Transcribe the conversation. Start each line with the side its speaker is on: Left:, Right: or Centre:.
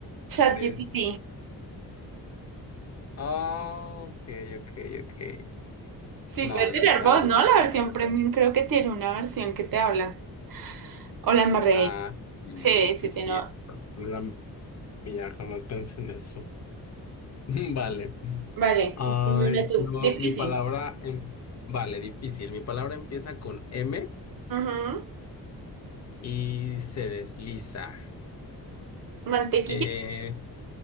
Right: ChatGPT.
Left: es? Ah, ok, ok, ok.
Right: Sí,
Left: No,
Right: puede tener
Left: sí estaba
Right: voz,
Left: muy
Right: ¿no?
Left: lento.
Right: La versión premium creo que tiene una versión que te habla. Hola, Marrey.
Left: Ah, sí,
Right: Sí,
Left: sí,
Right: sí, tiene.
Left: cierto. No era mía, jamás pensé en eso. <laughs> Vale.
Right: Vale,
Left: Ay,
Right: dime una tú.
Left: yo-
Right: Difícil.
Left: mi palabra, em- vale, difícil. Mi palabra empieza con M
Right: Ujú.
Left: y se desliza.
Right: Mantequilla.
Left: Eh,